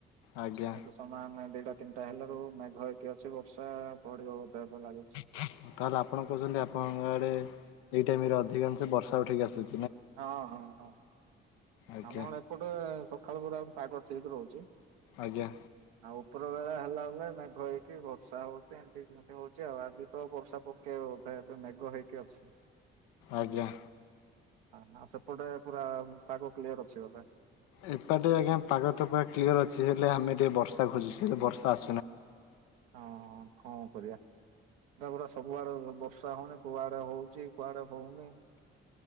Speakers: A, on the left; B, on the right.
A: ଆଜ୍ଞା
B: ଏବେ ସମାନ ଦିଟା ତିନିଟା ହେଲାରୁ ମେଘ ହେଇକି ଅଛି ବର୍ଷା ପଡିବ ବଧେ ଲାଗୁ
A: ତାହେଲେ ଆପଣ କହୁଛନ୍ତି ଆପଣଙ୍କ ଆଡେ ଏଇ ଟାଇମରେ ଅଧିକାଂଶ ବର୍ଷା ଉଠେଇକି ଆସୁ
B: ହଁ ହଁ ହଁ
A: ଆଜ୍ଞା
B: ଆମ ଏପଟେ ସକାଳୁ ପହରୁ ଆହୁରି ପାଗ ଠିକ ରହୁଛି।
A: ଆଜ୍ଞା।
B: ଆଉ ଉପର ବେଳା ହେଲା ବେଳେ ମେଘ ହେଇକି ବର୍ଷା ହଉଛି ଏମିତି ସେମିତି ହଉଛି ଆଉ ଆଜି ତ ବର୍ଷା ପକେଇବ ବୋଧ ଏବେ ମେଘ ହେଇକି ଅଛି।
A: ଆଜ୍ଞା।
B: ହଁ ସେପଟେ ପୁରା ପାଗ କ୍ଲିୟର ଅଛି ବୋଧେ?
A: ଏପଟେ ଆଜ୍ଞା ପାଗ ତ ପୁରା କ୍ଲିୟର ଅଛି ହେଲେ ଆମେ ଟିକେ ବର୍ଷା ଖୋଜୁଚୁ ହେଲେ ବର୍ଷା ଆ
B: ହଁ କଣ କରିବା? ଏଟା ପରା ସବୁଆଡେ ବ ବର୍ଷା ହଉନି କୁଆଡେ ହଉଛି କୁଆଡେ ହଉନି।